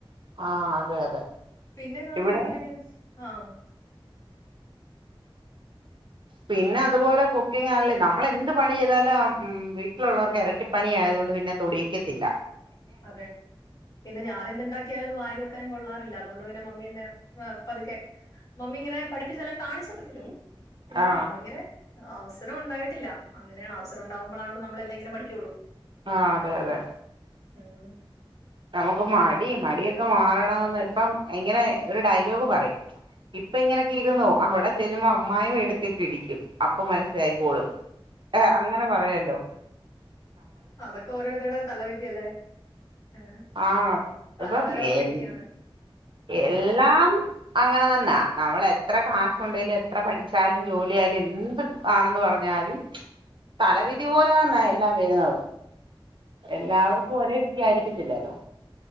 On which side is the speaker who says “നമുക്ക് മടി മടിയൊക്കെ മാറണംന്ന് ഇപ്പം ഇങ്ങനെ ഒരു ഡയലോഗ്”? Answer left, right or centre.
Right